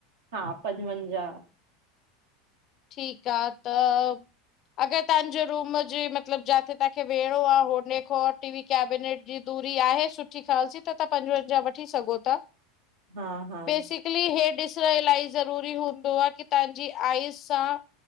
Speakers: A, on the right; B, on the left.
A: हा पंजवंजाहु।
B: ठीकु आ, त अगर तव्हांजो रूम जे मतिलब जाथे तव्हांखे वेहणो आ, हो खां टीवी कैबिनेट जी दूरी आहे सुठी ख़ालसी त तां पंजवंजाहु वठी सघो था।
A: हा हा
B: बेसिकली हे ॾिसण इलही ज़रूरी हूंदो आहे की तव्हांजी आइज़ सां